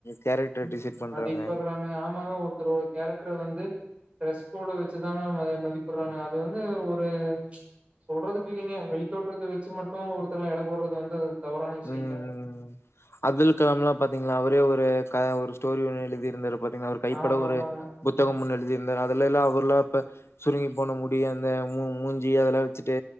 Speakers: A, on the left (about 80°); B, on the right (about 30°).
A: கேரக்டர்
B: ம்.
A: டிசைட் பண்றாங்க
B: மதிப்பிடுறானுங்க ஆமாங்க ஒருத்தரோட கேரக்டர வந்து டீரஸ்கோடவச்சுதாங் மதிப்பிடுறானுங்க அது வந்து ஒரு ஒரு சொல்றதுக்கு இல்லைங்க வெளித்தோட்றத்த வச்சு மட்டு ஒருத்தர எட போடுறது வந்து தவறான விஷயங்க
A: ம் ம் அப்துல் கலாம்லா பாத்தீங்களா அவரே ஒரு வே காய ஒரு ஸ்டோரி ஒன்னு எழுதியிருந்தரு பாத்தீங்கன்னா அவர் கைப்பட
B: ஆமா
A: ஒரு
B: ஆமாங்க
A: புத்தகம் ஒன்னு எழுதி அந்த நாளல்லா அவர்ல்லா ப சுருங்கி போன முடிய அந்த மூ மூஞ்சி அதெல்லா வச்சுட்டு